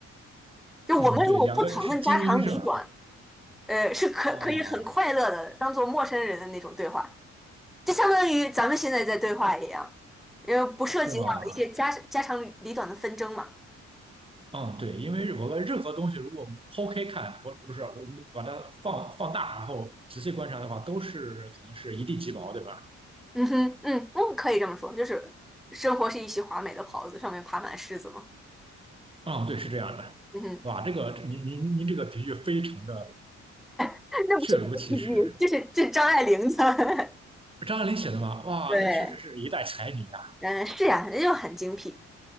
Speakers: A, in the centre; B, on the right.
A: 就我们如果不讨论家长里短，
B: 嗯，对，两个是精英是吧？
A: 呃，是可可以很快乐的当做陌生人的那种对话，
B: 啊啊，
A: 就相当于咱们现在在对话一样，因为不涉及到一些家家长里短的纷争嘛。
B: 是吧？嗯，对，因为我们任何东西，如果我们剖开看，不不是我们把它放放大，然后仔细观察的话，都是可能是一地鸡毛，对吧？
A: 嗯哼，嗯嗯，可以这么说，就是生活是一袭华美的袍子，上面爬满虱子嘛。
B: 嗯，对，是这样的。
A: 嗯哼，
B: 哇，这个您您您这个比喻非常的
A: <laughs> 那不是我的比喻，
B: 确如其实。
A: 这是这是张爱玲的。
B: 张爱玲写的嘛，哇，
A: <laughs> 对，
B: 那确实是一代才女啊。
A: 嗯，是呀，那就很精辟。